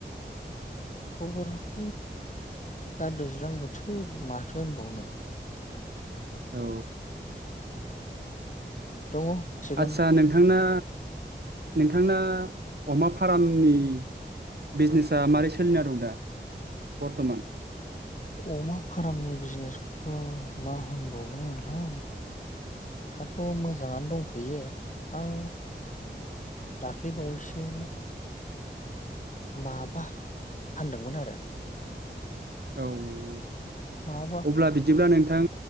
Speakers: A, on the left; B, on the right.
A: खबराथ' दा दैज्लां बोथोर माथो होनबावनो
B: औ
A: दङ थिगानो
B: आचसा नोंथांना नोंथांना अमा फार्मनि बिजनेसा मारै सोलिना दं दा बर्थमान?
A: अमा फार्मनि बिजनेसखौथ' मा होनबावनो नोंथां। दाथ' मोजाङानो दंथ'यो आं दाख्लै बावैसो माबा फान्दोंमोन आरो।
B: औ औ औ
A: माबा
B: अब्ला बिदिब्ला नोंथां